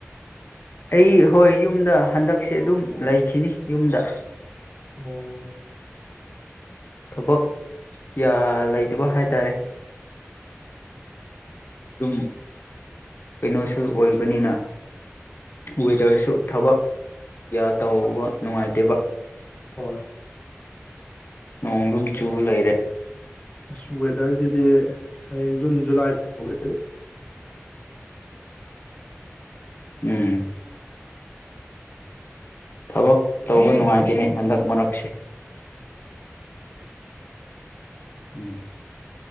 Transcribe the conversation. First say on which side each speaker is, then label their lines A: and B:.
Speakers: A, on the left (about 50°); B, on the left (about 30°).
A: ꯑꯩ ꯍꯣꯏ ꯌꯨꯝꯗ ꯍꯟꯗꯛꯁꯦ ꯑꯗꯨꯝ ꯂꯩꯈꯤꯅꯤ ꯌꯨꯝꯗ
B: ꯑꯣ
A: ꯊꯕꯛ ꯌꯥ ꯂꯩꯇꯕ ꯍꯥꯏ ꯇꯥꯔꯦ ꯑꯗꯨꯝ ꯀꯩꯅꯣꯁꯨ ꯑꯣꯏꯕꯅꯤꯅ ꯋꯦꯗꯔꯁꯨ ꯊꯕꯛ ꯌꯥ ꯇꯧꯕ ꯅꯨꯡꯉꯥꯏꯇꯦꯕ
B: ꯍꯣꯏ
A: ꯅꯣꯡꯒꯨꯝ ꯆꯨ ꯂꯩꯩꯔꯦ
B: ꯑꯁ ꯋꯦꯗꯔꯁꯤꯗꯤ ꯍꯌꯦꯡ ꯖꯨꯟ ꯖꯨꯂꯥꯏ ꯐꯥꯎ <unintelligible>
A: ꯎꯝ ꯊꯕꯛ ꯇꯧꯕ ꯅꯨꯡꯉꯥꯏꯈꯤꯅꯤ ꯍꯟꯗꯛ ꯃꯔꯛꯁꯦ ꯎꯝ